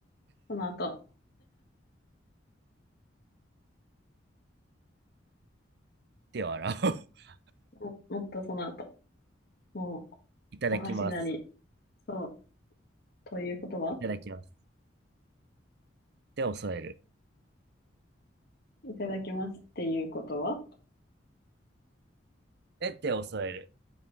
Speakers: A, on the left (about 55°); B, on the right (about 55°).
A: その後、
B: 手を洗う。<laughs>
A: も、もっとその後、もう、
B: いただきます。
A: お箸なり、そう、ということは
B: いただきます。手を添える。
A: いただきますっていうことは
B: え、手を添える。